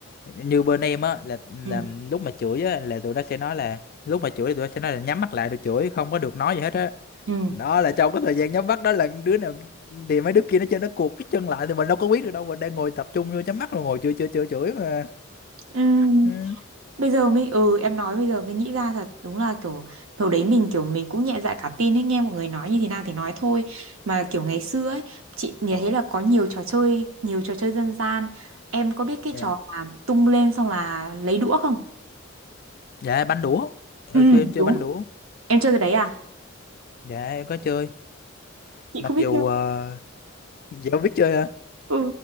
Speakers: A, on the left; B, on the right.
A: như bên em á là, là
B: ừ
A: lúc mà chửi á là tụi nó sẽ nói là lúc mà chửi thì tụi nó sẽ nói là nhắm mắt lại rồi chửi không có được nói gì hết á
B: ừ
A: đó là trong cái thời gian nhắm mắt đó là đứa nào thì mấy đứa kia nó chơi nó cuột cái chân lại thì mình đâu có biết được đâu mình đang ngồi tập trung vô nhắm mắt rồi ngồi chơi chơi chơi chửi mà
B: ừ. ừ
A: ừ.
B: bây giờ mình ừ em nói bây giờ mình nghĩ ra thật đúng là kiểu hồi đấy mình kiểu mình cũng nhẹ dạ cả tin ấy nghe mọi người nói như thế nào thì nói thôi mà kiểu ngày xưa ấy chị nhìn thấy là có nhiều trò chơi nhiều trò chơi dân gian em có biết cái
A: dạ
B: trò mà tung lên xong là lấy đũa không
A: dạ banh đũa
B: ừ
A: hồi xưa em chơi
B: đúng
A: banh đũa
B: em chơi cái đấy à
A: dạ em có chơi
B: chị
A: mặc
B: không biết
A: dù
B: chơi
A: ờ, dạ không biết chơi hả
B: ừ